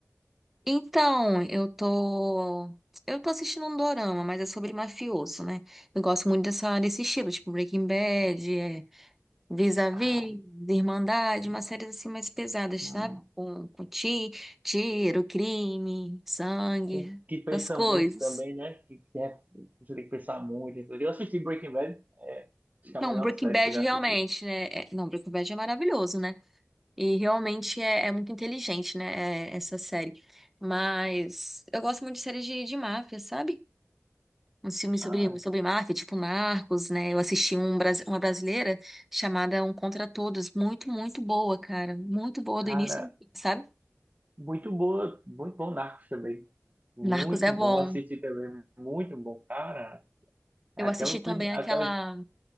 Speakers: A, in the centre; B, on the right.
A: Então, eu tô. Eu tô assistindo um dorama, mas é sobre mafioso, né? Eu gosto muito dessa, desse estilo, tipo Breaking Bad, é, Vis-a-vis,
B: Ah,
A: Irmandade,
B: hum,
A: umas séries assim mais pesadas,
B: hum,
A: sabe? Com, com ti, tiro, crime, sangue,
B: com- que pensa
A: essas coisas.
B: muito também, né? Que, que é- você tem que pensar muito. Eu assisti Breaking Bad, é, acho que é
A: Não,
B: a melhor
A: Breaking
B: série
A: Bad
B: que eu já
A: realmente,
B: assisti.
A: né? é- não, Breaking Bad é maravilhoso, né? E realmente é, é muito inteligente, né? é- essa série. Mas eu gosto muito de séries de, de máfia, sabe? Uns filmes sobre,
B: Ah,
A: sobre máfia, tipo Narcos, né? Eu assisti um, brasi- uma brasileira chamada Um Contra Todos. Muito, muito boa, cara. Muito boa
B: cara,
A: do início, ao fim, sabe?
B: Muito boa, muito bom Narcos também. Muito
A: Narcos é bom.
B: bom assistir também, muito bom. Cara,
A: Eu
B: é aquela,
A: assisti também
B: prim- aquelas.
A: aquela